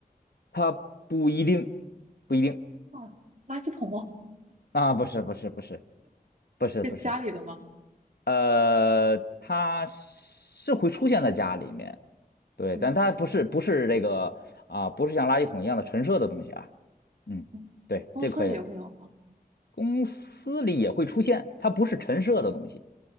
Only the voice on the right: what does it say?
啊，垃圾桶
是家里的吗？
嗯
嗯，
公司里会有吗？